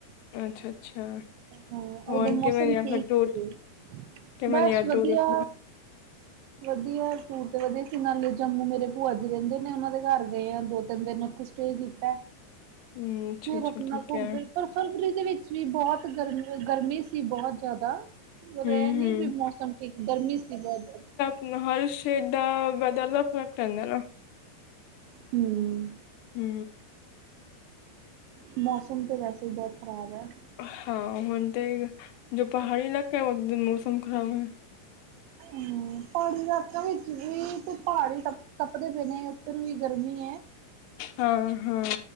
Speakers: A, on the left; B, on the right.
A: ਅੱਛਾ- ਅੱਛਾ
B: ਹਾਂ
A: ਹੋਰ
B: ਉਦੋਂ ਮੌਸਮ
A: ਕਿਵੇਂ ਯ
B: ਠੀਕ
A: ਫਿਰ ਟੂਰ?
B: ਸੀ
A: ਤੇ ਕਿਵੇਂ
B: ਬਸ
A: ਰੇਹਯਾ
B: ਵਧੀਆ
A: ਟੂਰ ਔਥੇ?
B: ਵਧੀਆ ਟੂਰ ਤੇ ਵਧੀਆ ਸੀ ਨਾਲੇ ਜੰਮੂ ਮੇਰੇ ਭੂਆ ਜੀ ਰਹਿੰਦੇ ਨੇ, ਉਹਨਾਂ ਦੇ ਘਰ ਗਏ ਆ ਦੋ- ਤਿੰਨ ਦਿਨ ਉੱਥੇ। ਤੇ ਕੀਤਾ।
A: ਹੂੰ ਅੱਛਾ-ਅੱਛਾ
B: ਫਿਰ ਆਪਣਾ
A: ਠੀਕ
B: ਘੁੰਮ
A: ਹੈ
B: ਫਿਰ ਪਰ ਫਰਵਰੀ ਦੇ ਵਿੱਚ ਵੀ ਬਹੁਤ ਗਰਮੀ ਸੀ, ਬਹੁਤ ਜ਼ਿਆਦਾ। ਪਰ
A: ਹੂੰ-ਹੂੰ
B: ਐ ਨੀ ਬਈ ਮੌਸਮ ਠੀਕ, ਗਰਮੀ ਸੀ ਬਹੁਤ ਜ਼ਿਆਦਾ।
A: ਹੁਨ ਹਰ ਸ਼ੇਡ ਦਾ ਵੈਦਰ ਦਾ ਫ਼ਰਕ ਰਹਿੰਦਾ ਨਾ।
B: ਹਮ
A: ਹੂ
B: ਮੌਸਮ ਤਾਂ ਵੈਸੇ ਹੀ ਬਹੁਤ ਖ਼ਰਾਬ ਹੈ।
A: ਹਾਂ। ਹੁਣ ਤੇ, ਜੋ ਪਹਾੜੀ ਇਲਾਕਾ ਹੈ, ਓਥੇ ਮੌਸਮ ਖਰਾਬ ਹੈ।
B: ਹੂ, ਪਹਾਡ਼ੀ ਇਲਾਕਾ ਵਿੱਚ ਵੀ ਤੇ ਪਹਾੜ ਹੀ ਦੇ ਨਾ ਬਿਨ ਉੱਧਰ ਵੀ ਗਰਮੀ ਹੈ।
A: ਹਾਂ-ਹਾਂ।